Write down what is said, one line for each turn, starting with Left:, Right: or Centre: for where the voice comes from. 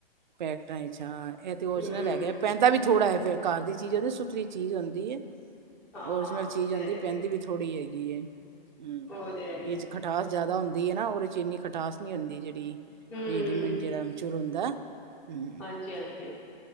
Right: ਪੈਕਟਾ ਵਿੱਚ ਹਾਂ ਇਹ ਤੇ ਓਰਜਨਲ
Centre: ਹਮ
Right: ਹੈ ਗਿਆ ਪੈਂਦਾ ਵੀ ਥੋੜਾ ਫੇਰ। ਘਰ ਦੀ ਚੀਜ਼ ਹੁੰਦੀ ਸੁਥਰੀ ਚੀਜ਼ ਹੁੰਦੀ ਹੈ
Centre: ਹਾਂ
Right: ਓਰੀਜਨਲ ਚੀਜ਼
Centre: ਉਹ ਤੇ
Right: ਹੁੰਦੀ
Centre: ਹੈ ਹੀ
Right: ਪੈਂਦੀ ਵੀ ਥੋੜੀ। ਥੋੜ੍ਹੀ ਹੈਗੀ ਏ ਹਮ
Centre: ਉਹ ਤੇ ਹੈ ਹੀ
Right: ਇਹ ਚ ਖਟਾਸ। ਜ਼ਿਆਦਾ ਹੁੰਦੀ ਹੈ ਨਾ ਉਹਦੇ 'ਚ ਇੰਨੀ ਖਟਾਸ ਨਹੀਂ ਹੁੰਦੀ ਜਿਹੜੀ
Centre: ਹਮ
Right: ਰੇਡੀਮੇਡ ਜਿਹੜਾ ਅਮਚੂਰ ਹੁੰਦਾ। ਹਮ
Centre: ਹਾਂਜੀ ਹਾਂਜੀ